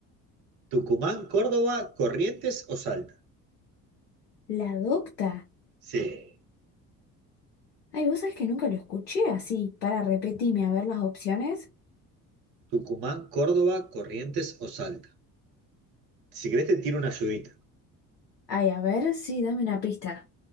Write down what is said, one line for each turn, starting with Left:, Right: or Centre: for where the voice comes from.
Right: ¿Tucumán, Córdoba, Corrientes o Salta?
Left: La docta.
Right: Sí.
Left: Ay, vos sabés que nunca lo escuché así. Para, repetime, a ver las opciones.
Right: Tucumán, Córdoba, Corrientes o Salta. Si querés te tiro una ayudita.
Left: Ay, a ver, sí, dame una pista.